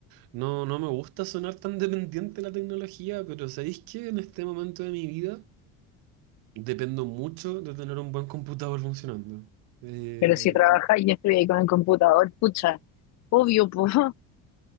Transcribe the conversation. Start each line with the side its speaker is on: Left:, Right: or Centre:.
Right: No, no me gusta sonar tan dependiente de la tecnología, pero ¿sabéis que en este momento de mi vida dependo mucho de tener un buen computador funcionando? Eh,
Left: Pero si trabajáis
Right: y-
Left: y estoy ahí con el computador, pucha, obvio, pues,